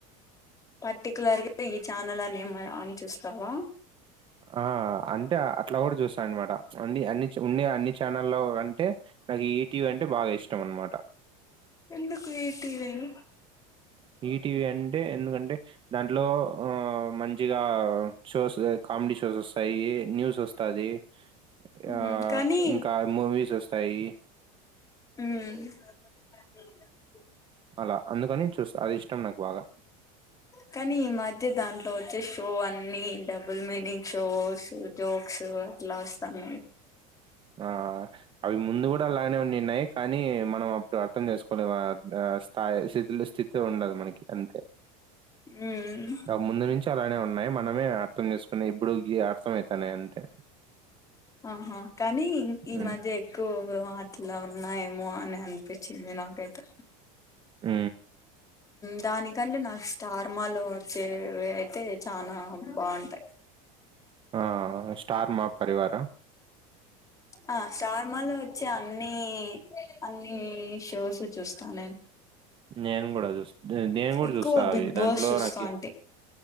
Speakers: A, on the left (about 20°); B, on the right (about 30°).
A: పర్టిక్యులర్ గా ఈ ఛానల్ అనే ఏమైనా చూస్తావ్ కావా.
B: ఆ అంటే అట్లా కూడా చూస్తా. స్తా అన్నమాట. అన్ని అన్ని ఉన్నాయి అన్ని ఛానల్లో అంటే నాకు ఈటీవీ అంటే బాగా ఇష్టం అన్నమాట.
A: ఎందుకు ఈ టీవీను
B: ఈటీవీ అంటే ఎందుకంటే దాంట్లో ఆ. మంచిగా షోస్ ఎక్ కామెడీ షో వస్తాయి. న్యూస్ వస్తాది. ఆ
A: మ్మ్ కానీ
B: ఇంకా మూవీస్ వస్తాయి.
A: మ్మ్ <inaudible>
B: అలా అందుకని చూస్తా. అది ఇష ష్టం నాకు బాగా.
A: కానీ ఈ మధ్య దాంట్లో వచ్చే షో అన్ని. డబల్ మీనింగ్స్ జోక్స్ అట్లా వస్తానయి.
B: ఆ. అది ముందు కూడా అలాగనే ఉనినై కానీ మనం అర్థం చేసుకోలేదు వాటిని ఆ స్థాయి స్థితలెస్టిక్ గా ఉండాలి మనకి అంతే.
A: మ్మ్
B: ముందు నుంచి అలానే ఉంది న్నాయి మనమే అర్థం చేసుకొని ఇప్పుడు గియి అర్థం అవుతాన్నాయి అంతే
A: ఆహా, కానీ ఈ
B: హ్మ్.
A: మధ్య ఎక్కువ, ఇట్లా ఉన్నాయేమో అని అనిపించింది నాకైతే,
B: హు
A: దానికంటే నాకు స్టార్ మాలో వచ్చవి అయితే చానా బాగుంటాయి,
B: ఆ స్టార్ మా పరివార్
A: ఆ స్టార్ మాలో వచ్చే అన్ని అన్నిషోస్ చూస్తా నేను,
B: నేను కూడా చూ నేను కూడా
A: ఎక్కువ
B: చూస్తాను అవి
A: బిగ్ బాస్
B: దాంట్లో
A: చూస్తా
B: నాకి
A: అంటే